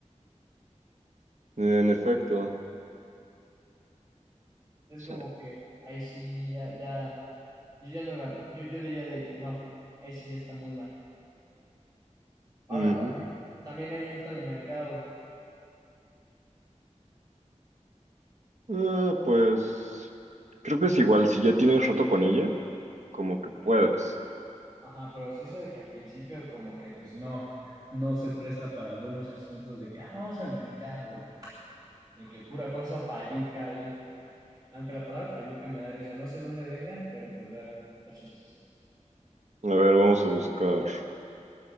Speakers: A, on the right; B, on the right.
A: En efecto.
B: Es
A: Sí.
B: como que ahí sí, ya, ya, yo ya no la, yo, yo diría de que no, ahí sí ya está muy mal. Ahora,
A: Ujú.
B: también, también ahí entra el mercado.
A: Ah, pues creo que es igual, si ya tienes roto con ella, como que puedes.
B: Ajá, pero sí es de que al principio como que pues no, no se presta para buenos asuntos de que ah, vamos al mercado y que pura cosa fayuca ahí. Aunque la palabra fayuca me da risa, no sé dónde venga, pero pues da, está chistoso.
A: A ver, vamos a buscar.